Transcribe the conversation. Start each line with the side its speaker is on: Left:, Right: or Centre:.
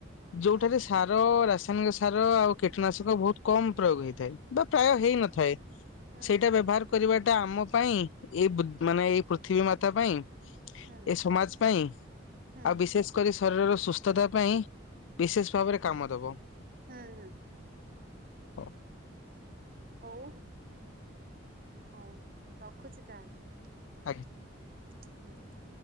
Left: ଯେଉଠାରେ
Right: ହୁଁ
Left: ସାର ରାସାୟନିକ ସାର ଆଉ କୀଟନାଶକ ବହୁତ କମ୍ ପ୍ରୟୋଗ ହେଇଥାଏ। ବା ପ୍ରାୟ
Right: ହୁଁ
Left: ହେଇନଥାଏ
Right: ହୁଁ
Left: ସେଇଟା
Right: ହୁଁ
Left: ବ୍ୟବହାର କରିବାଟା ଆମ ପାଇଁ ଏବ୍ ମାନେ ଏଇ ପୃଥିବୀ ମାତା ପାଇଁ
Right: ହୁଁ
Left: ଏ ସମାଜ ପାଇଁ
Right: ହୁଁ
Left: ଆଉ ବିଶେଷ କରି ଶରୀରର ସୁସ୍ଥତା ପାଇଁ ବିଶେଷ ଭାବରେ କାମ ଦବ।
Right: ହଁ ହ
Left: ହଉ
Right: ହଉ। ହଉ ରଖୁଛି ତାହେଲେ।
Left: ଆଜ୍ଞା।
Right: <inaudible>